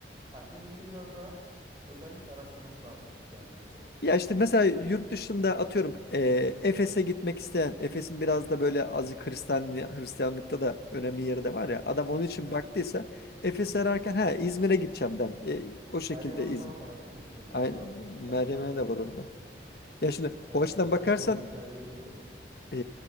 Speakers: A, on the right; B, on the left.
A: Yani İzmir'i biraz daha özellikle araştırması lazım gelmek için.
B: Ya işte mesela yurt dışında atıyorum e, Efes'e gitmek isteyen, Efes'in biraz da böyle azıcık Hristiyan, Hristiyanlıkta da önemli yeri de var ya. Adam onun için
A: Evet.
B: baktıysa Efes'i ararken ha İzmir'e gideceğim den E, o şekilde
A: Meryem Ana
B: İzmir.
A: falan da var değil mi İzmir'de?
B: Aynı,
A: O da orada.
B: Meryem'e
A: Evet.
B: de var orada. Ya şimdi
A: Evet
B: o açıdan
A: evet.
B: bakarsan
A: O bakımdan İzmir'i tercih edebiliyorlar.
B: e,